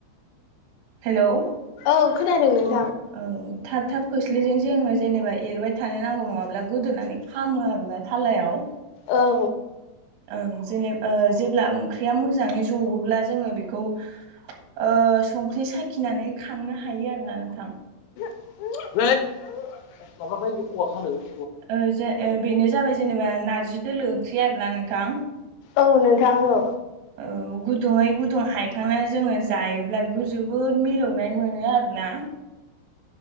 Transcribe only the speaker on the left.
औ खोनादों नोंथां।
औ।
<unintelligible>
औ नोंथां औ